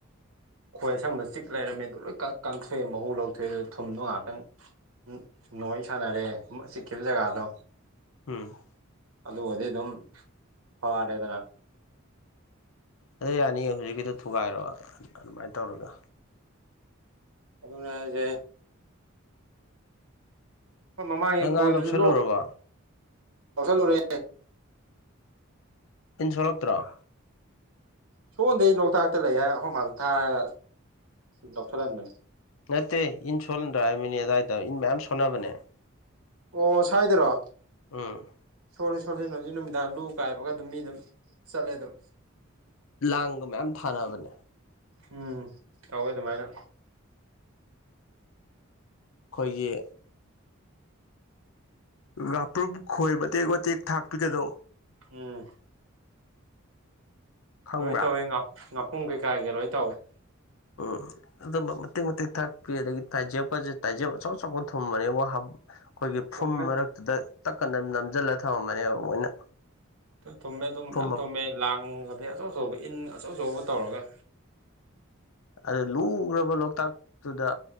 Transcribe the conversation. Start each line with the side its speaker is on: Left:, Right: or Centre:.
Right: ꯈꯣꯏ ꯑꯁꯪꯕꯗ ꯆꯤꯛ ꯂꯩꯔꯝꯃꯦꯗꯣ ꯂꯣꯏ ꯀꯪ ꯀꯪꯊꯣꯛꯑꯦ ꯃꯍꯨ ꯂꯧꯊꯣꯛꯑꯦ ꯑꯗꯨ ꯊꯨꯝꯗꯣ ꯉꯥꯏꯍꯥꯛꯇꯪ ꯎꯝ ꯅꯣꯏ ꯁꯥꯟꯅꯔꯦ ꯆꯤꯛꯈꯤꯕ ꯖꯒꯥꯗꯣ꯫
Left: ꯎꯝ꯫
Right: ꯑꯗꯨꯒꯗꯤ ꯑꯗꯨꯝ ꯐꯔꯦꯗꯅ꯫
Left: ꯑꯗ ꯌꯥꯅꯤꯌꯦ ꯍꯧꯖꯤꯛꯀꯤꯗꯣ ꯊꯨꯒꯥꯏꯔꯣ ꯑꯗꯨꯃꯥꯏꯅ ꯇꯧꯔꯒ꯫
Right: ꯑꯗꯨꯅꯦ ꯍꯥꯏꯁ ꯡꯦ꯫ ꯍꯣꯏ ꯃꯃꯥꯡꯒꯤ
Left: ꯅꯪ
Right: ꯈꯣꯏꯗꯨꯁꯨ
Left: ꯉꯥ ꯂꯧꯁꯜꯂꯨꯔꯕ
Right: ꯂꯣꯛ ꯂꯧꯁꯜꯂꯨꯔꯦ꯫
Left: ꯏꯟꯁꯣꯔꯛꯇ꯭ꯔꫭ꯫
Right: ꯁꯣꯟꯗꯦ ꯑꯩ ꯂꯣꯛꯇꯥꯛꯇ ꯂꯩꯌꯦ ꯍꯥ ꯑꯈꫭ ꯃꯥꯗ ꯊꯥꯔ ꯂꯧꯁꯜꯍꯟꯕꯅꯦ꯫
Left: ꯅꯠꯇꯦ ꯏꯟ ꯁꯣꯟꯗ꯭ꯔꯥ ꯍꯥꯏꯕꯅꯦ ꯑꯗꯨꯋꯥꯏꯗ ꯏꯟ ꯃꯌꯥꯝ ꯁꯣꯟꯅꯕꯅꯦ꯫
Right: ꯑꯣ ꯁ꯭ꯋꯥꯏꯗꯔꯣ꯫
Left: ꯎꯝ꯫
Right: ꯁꯣꯜꯂꯤ ꯁꯣꯜꯂꯤ ꯅ ꯍꯧꯖꯤꯛ ꯅꯨꯃꯤꯗꯥꯡ ꯂꯨ ꯀꯥꯏꯕꯒ ꯑꯗꯨꯝ ꯃꯤ ꯑꯗꯨꯝ ꯆꯠꯂꯦ ꯑꯗꯨꯝ꯫
Left: ꯂꯥꯡꯒ ꯃꯌꯥꯝ ꯊꯥꯑꯅꯕꯅꯦ꯫
Right: ꯎꯝ ꯇꯧꯋꯦ ꯑꯗꯨꯃꯥꯏꯅ꯫
Left: ꯑꯈꯣꯏꯒꯤ ꯉꯥꯄ꯭ꯔꯨꯝ ꯈꯣꯏ ꯃꯇꯦꯛ ꯋꯥꯇꯦꯛ ꯊꯥꯛꯄꯤꯒꯗꯣ꯫
Right: ꯎꯝ꯫
Left: ꯈꯪꯕ꯭ꯔꯥ
Right: ꯂꯣꯏ ꯇꯧꯏꯤ ꯉꯥꯄꯨꯝ ꯀꯩꯀꯥꯒꯤ ꯂꯣꯏ ꯇꯧꯏꯤ
Left: ꯎꯝ ꯑꯗꯨꯝꯕ ꯃꯇꯦꯛ ꯃꯇꯦꯛ ꯊꯥꯛꯄꯤ ꯑꯗꯒꯤ ꯇꯥꯏꯖꯦꯞꯀꯁꯦ ꯇꯥꯏꯖꯦꯞ ꯑꯆꯧ ꯑꯆꯧꯕ ꯊꯨꯝꯕꯅꯦꯕꯣ ꯑꯩꯈꯣꯏꯒꯤ ꯐꯨꯝ
Right: ꯊꯨꯝꯃꯦ
Left: ꯃꯔꯛꯇꯨꯗ ꯇꯛꯀꯅ ꯅꯝꯁꯤꯜꯂ ꯊꯝꯃꯝꯃꯅꯦꯕ ꯃꯣꯏꯅ
Right: ꯊꯨꯝꯃꯦ ꯑꯗꯨꯝ
Left: ꯐꯨꯝ
Right: ꯃꯌꯥꯝ ꯊꯨꯝꯃꯦ ꯂꯥꯡ ꯑꯗꯒꯤ ꯑꯆꯧ ꯑꯆꯧꯕ ꯏꯟ ꯑꯆꯧ ꯑꯆꯧꯕ ꯇꯧꯔꯒ
Left: ꯑꯗꯨꯗ ꯂꯨꯒꯔ꯭ ꯕ ꯂꯣꯛꯇꯥꯛꯇꯨꯗ